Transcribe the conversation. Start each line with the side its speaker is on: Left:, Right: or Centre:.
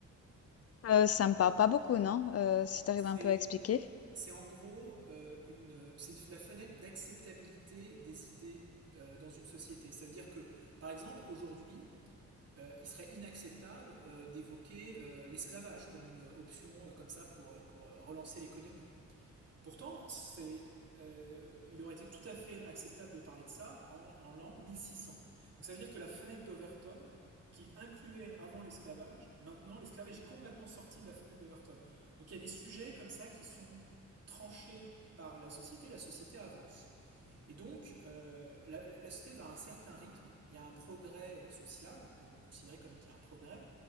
Left: heu, ça me parle pas beaucoup, non? Heu, si tu arrives
Right: C'est
Left: un peu à expliquer?
Right: c'est en gros euh, une, c'est une- la fenêtre d'acceptabilité des idées euh, dans une société. Ça veut dire que, par exemple, aujourd'hui, euh, il serait inacceptable euh, d'évoquer euh, l'esclavage comme une option euh, comme ça pour, euh, pour euh, relancer l'économie. Pourtant, c'est, euh, il aurait été tout à fait acceptable de parler de ça en, en l'an 1600. Donc ça veut dire que la fenêtre d'Overton, qui incluait avant l'esclavage, maintenant l'esclavage est complètement sorti de la fenêtre d'Overton. Donc il y a des sujets comme ça qui sont tranchés par la société, la société avance. Et donc, euh, la, la, société va à un certain rythme, il y a un progrès euh, social, on peut considérer comme qu'il y a un progrès,